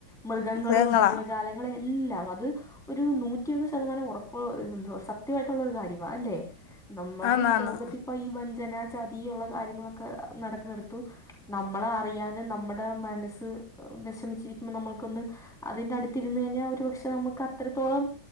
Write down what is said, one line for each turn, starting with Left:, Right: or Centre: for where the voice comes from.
Centre: മൃഗങ്ങളും
Left: മൃഗങ്ങളാ
Centre: ജീവജാലങ്ങളും എല്ലാം അത് ഒരു നൂ നൂറ്റി ഒന്ന് ശതമാനം ഉറപ്പ് എന്ത് സത്യമായിട്ടുള്ള ഒരു കാര്യമാ അല്ലെ നമ്മടെ
Left: ആന്ന്
Centre: ഈ
Left: ആന്ന്
Centre: ലോകത്തി പ്പ ഈ വഞ്ചന ചതി ഉള്ള കാര്യങ്ങളൊക്കെ നടക്കുന്നിടത്തു നമ്മളെ വയ്യാതെ നമ്മടെ മനസ്സ് വിഷമിച്ചിരിക്കുമ്പോ നമ്മൾക്കൊന്ന് അതിന്റെ അടി തിരുന്ന് കഴിഞ്ഞാൽ ഒരുപക്ഷെ നമുക്ക് അത്രത്തോളം